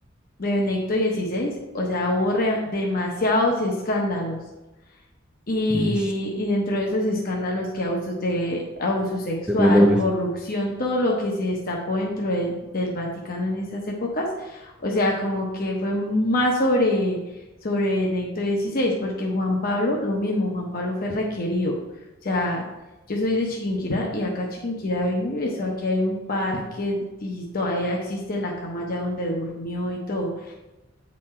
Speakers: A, on the left (about 50°); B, in the centre.
A: mm, de Benedicto XVI, o sea, hubo re- demasiados escándalos. Y,
B: Y
A: y dentro de esos escándalos que abusos de abuso sexual,
B: de menores.
A: corrupción, todo lo que se destapó dentro de- del Vaticano en esas épocas, o sea, como que fue más sobre, sobre Benedicto dieciséis porque Juan Pablo, lo mismo, Juan Pablo fue requerido. O sea, yo soy de Chiquinquirá y acá Chiquinquirá vino y besó, aquí hay un parque y todavía existe la cama allá donde durmió y todo.